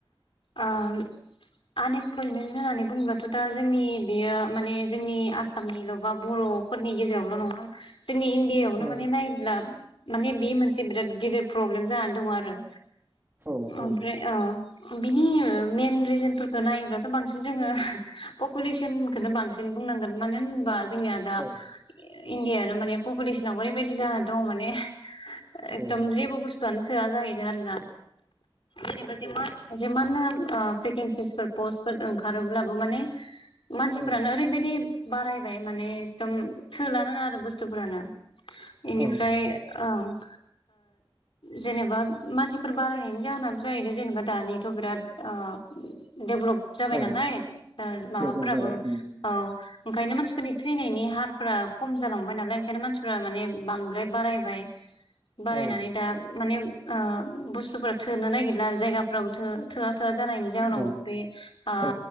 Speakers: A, on the left; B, on the right.
A: ओम आनएमप्लयमेन्ट होननानै बुंब्लाथ' दा जोंनि बेयो माने जोंनि आसामनिल' बा बर'फोरनि गेजेरावल' नङा। जोंनि इण्डिया आवनो
B: औ
A: माने नायोब्ला। माने बे मोनसे बिराद गिदिर प्रब्लेम जानानै दङ आरो।
B: औ औ
A: ओमफ्राय ओ- बिनि मेन रिजोनफोरखौ नायोब्लाथ' बांसिन जोङो पपुलेसनखौनो बांसिन बुंनांगोन। मानो होनोबा जोंनिया दा
B: औ
A: इण्डियानो माने पपुलेसाव ओरै बेबायदि जा दं माने।
B: औ
A: एगदम जेबो बुस्थुआनो थोआ जाहैदों आरोना। जेनेबा जिमान जि मान ओ-भेकेसिसफोर पस्टफोर ओंखारोब्लाबो माने मानसिफ्रानो
B: औ
A: ओरैबायदि। बारायबाय माने एगदम थोलानो आरो बु स्थुफोरानो बेनिफ्राय
B: औ
A: ओं ओ जेनेबा मानसिफोर बारायनायनि जाहोना जाहैदों जेनेबा दानिथ' बिराद ओ डेभलप जाबाय
B: औ
A: नालाय ओ माबाफोराबो
B: डेभेलप जाबाय उम
A: औ ओंखायनो मानसिफोरनि थैनायनि हार फोरा खम जालांबाय नालाय ओंखायनो मानसिफ्रा माने बांद्राय बारायबाय । बारायनानै
B: औ
A: दा माने ओ बुस्थुफोरा थोनो नायगिर ला आरो जायगाफ्राबो थो-थोआ जानायनि जाहनाव
B: औ
A: बे ओ
B: औ